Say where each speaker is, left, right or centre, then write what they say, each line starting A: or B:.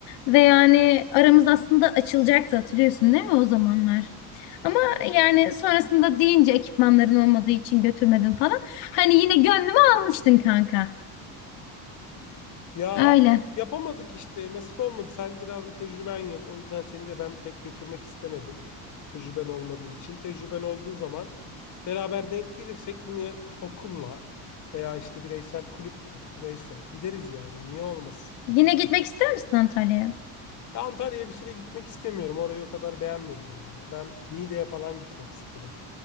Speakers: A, on the left; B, on the left.
A: Ve yani aramız aslında açılacaktı hatırlıyorsun değil mi o zamanlar? Ama yani sonrasında deyince ekipmanların olmadığı için götürmedim falan. Hani yine gönlümü almıştın kanka.
B: Ya abi
A: Öyle.
B: yapamadık işte nasip olmadı. Sen biraz da tecrüben yok. O yüzden seni de ben pek götürmek istemedim. Tecrüben olmadığı için. Tecrüben olduğu zaman beraber denk gelirsek yine okulla veya işte bireysel kulüple bireysel gideriz yani. Niye olmasın?
A: Yine gitmek ister misin Antalya'ya?
B: Ya Antalya'ya bir süre gitmek istemiyorum. Orayı o kadar beğenmedim ya. Ben Niğde'ye falan gitmek isterim.